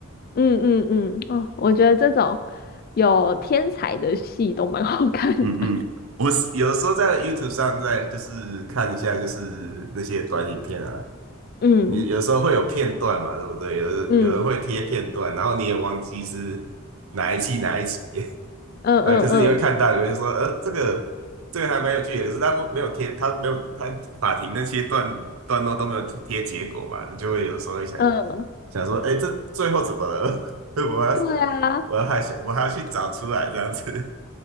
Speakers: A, on the left; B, on the right.
A: 嗯嗯嗯，哦，我觉得这种有天才的戏都蛮好看的。
B: 嗯嗯，我是有时候在 YouTube 上在就是看一下就是那些短影片啊，
A: <laughs> 嗯
B: 你有时候会有片段嘛，对不对？有的有人会贴片段，
A: 嗯
B: 然后你也忘记是哪一季哪一集，<laughs>
A: 嗯嗯嗯
B: 那可是你会看到，有人说，呃，这个这个还蛮有趣的，可是他不没有贴，他没有他法庭那些段段落都没有贴结果吧，你就会有时候会想
A: 嗯，
B: 想说，哎，这最后怎么了？<laughs> 我要是我要还想我还要去找出来这样子，
A: 对啊。